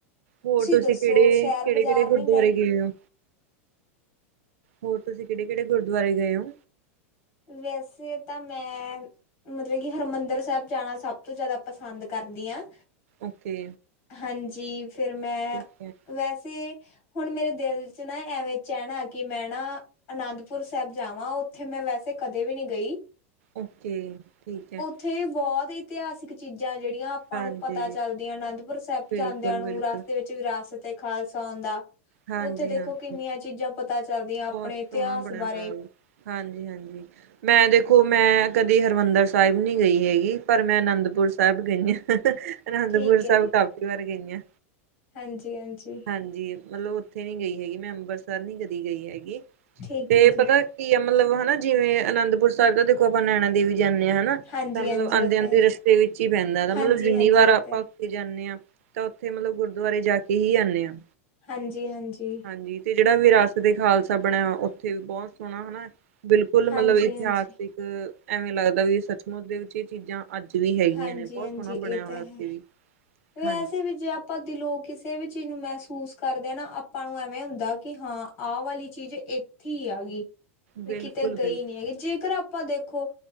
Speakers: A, on the right (about 75°); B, on the left (about 35°).
A: ਹੋਰ ਤੁਸੀਂ
B: ਦੱਸੋ
A: ਕੇੜੇ,
B: ਸ਼ਹਿਰ
A: ਕੇੜੇ-
B: ਬਾਜ਼ਾਰ
A: ਕੇੜੇ ਗੁਰਦਵਾਰੇ
B: ਨੀ
A: ਗਏ ਓ? ਹੋਰ ਤੁਸੀਂ ਕੇੜੇ- ਕੇੜੇ ਗੁਰਦਵਾਰੇ ਗਏ ਓ?
B: ਵੈਸੇ ਤਾਂ ਮੈਂ- ਮਤਲਬ ਕੀ ਹਰਿਮੰਦਰ ਸੈਬ ਜਾਣਾ, ਸਭ ਤੋਂ ਜਾਦਾ ਪਸੰਦ ਕਰਦੀ ਆਂ।
A: ਓਕੇ
B: ਹਾਂਜੀ ਫੇਰ ਮੈਂ
A: ਠੀਕ ਹੈ
B: ਵੈਸੇ- ਹੁਣ ਮੇਰੇ ਦਿਲ 'ਚ ਨਾ ਐਵੇਂ ਚੈਣਾ ਕੀ ਮੈਂ ਨਾ- ਅਨੰਦਪੁਰ ਸੈਬ ਜਾਵਾਂ, ਓਥੇ ਮੈਂ ਵੈਸੇ ਕਦੇ ਵੀ ਨੀ ਗਈ।
A: ਓਕੇ, ਠੀਕ ਐ।
B: ਥੇ ਬੋਤ ਇਤਿਹਾਸਿਕ ਚੀਜ਼ਾਂ ਜੇੜੀਆਂ- ਆਪਾਂ
A: ਹਾਂਜੀ
B: ਨੂੰ ਪਤਾ ਚੱਲਦੀ ਅਨੰਦਪੁਰ ਸੈਬ
A: ਬਿਲਕੁਲ
B: ਜਾਂਦਿਆਂ ਨੂੰ
A: ਬਿਲਕੁਲ
B: ਰਾਸਤੇ ਵਿੱਚ ਵਿਰਾਸਤ ਏ ਖਾਲਸਾ ਆਉਂਦਾ।
A: ਹਾਂਜੀ
B: ਓਥੇ ਦੇਖੋ
A: ਹਾਂਜੀ
B: ਕਿੰਨੀਆਂ ਚੀਜ਼ਾਂ ਪਤਾ ਚੱਲਦੀਆਂ ਆਪਣੇ
A: ਬਹੁਤ
B: ਇਤਿਹਾਸ
A: ਸੋਹਣਾ ਬਣਿਆ
B: ਬਾਰੇ।
A: ਹੋਇਆ ਉਹ ਹਾਂਜੀ ਹਾਂਜੀ। ਮੈਂ ਦੇਖ' ਮੈਂ ਕਦੀ ਹਰਿਮੰਦਰ ਸਾਇਬ ਨਈ ਗਈ ਹੈਗੀ, ਪਰ ਮੈਂ ਅਨੰਦਪੁਰ ਸੈਬ ਗਈ ਆਂ। ਹਾਹਾ ਅਨੰਦਪੁਰ
B: ਠੀਕ
A: ਸੈਬ
B: ਹੈ ਜੀ
A: ਕਾਫੀ ਵਾਰ ਗਈ ਆਂ।
B: ਹਾਂਜੀ ਹਾਂਜੀ
A: ਹਾਂਜੀ ਮਲਬ- ਓਥੇ ਨੀ ਗਈ ਹੈਗੀ ਮੈਂ ਅੰਬਰਸਰ ਨੀ ਕਦੀ ਗਈ ਹੈਗੀ।
B: ਠੀਕ
A: ਤੇ
B: ਹੈ ਜੀ
A: ਪਤਾ- ਕੀ ਆ ਮਤਲਬ ਹਨਾ ਜਿਵੇਂ ਅਨੰਦਪੁਰ ਸੈਬ ਦਾ ਦੇਖੋ ਆਪਾਂ ਨੈਣਾ ਦੇਵੀ ਜਾਂਨੇ ਆਂ ਹਨਾ।
B: ਹਾਂਜੀ-ਹਾਂਜੀ
A: ਤਾਂ ਮਲਬ ਆਂਦੇ
B: ਇਹ ਤਾਂ
A: ਆਂਦੇ
B: ਹੈ,
A: ਰਸਤੇ ਵਿੱਚ ਈ ਪੈਂਦਾ। ਏਦਾ
B: ਹਾਂਜੀ-ਹਾਂਜੀ
A: ਮਲਬ ਜਿੰਨੀ ਵਾਰ
B: ਇਹ
A: ਆਪਾਂ-
B: ਤਾਂ ਹੈ,
A: ਤੇ ਜਾਂਨੇ ਆਂ, ਤਾਂ ਓਥੇ ਮਲਬ ਗੁਰਦਵਾਰੇ ਜਾ ਕੇ ਹੀ ਆਨੇ ਆਂ।
B: ਹਾਂਜੀ ਹਾਂਜੀ
A: ਹਾਂਜੀ ਤੇ ਜੇੜਾ ਵਿਰਾਸਤ ਏ ਖਾਲਸਾ ਬਣਿਆ ਵਾ, ਓਥੇ ਵੀ ਬੋਤ ਸੋਣਾ ਹਨਾ- ਬਿਲਕੁਲ ਮਲਬ
B: ਹਾਂਜੀ-ਹਾਂਜੀ,
A: ਇਤਿਹਾਸਿਕ ਐਵੇਂ ਲੱਗਦਾ ਵੀ ਸੱਚਮੁੱਚ ਦੇ ਵਿੱਚ ਏ ਚੀਜ਼ਾਂ- ਅੱਜ ਵੀ ਹੈਗੀਆਂ
B: ਹਾਂਜੀ-ਹਾਂਜੀ
A: ਨੇ, ਬੋਤ ਸੋਣਾ ਬਣਿਆ
B: ਇਹ ਤਾਂ
A: ਹੋਇਆ ਓਥੇ
B: ਹੈ।
A: ਵੀ।
B: ਵੈਸੇ
A: ਹਾਂਜੀ
B: ਵੀ ਜੇ ਆਪਾਂ ਦਿਲੋਂ ਕਿਸੇ ਵੀ ਚੀਜ਼ ਨੂੰ ਮਹਿਸੂਸ ਕਰਦੇ ਨਾ, ਆਪਾਂ ਨੂੰ ਐਵੇਂ ਹੁੰਦਾ ਕੀ ਹਾਂ- ਆ ਵਾਲੀ ਚੀਜ਼ ਏਥੇ ਈ ਆ ਗੀ। ਵੀ
A: ਬਿਲਕੁਲ
B: ਕਿਤੇ ਗਈ
A: ਬਿਲਕੁਲ
B: ਨੀ ਹੈਗੀ। ਜੇਕਰ ਆਪਾਂ ਦੇਖੋ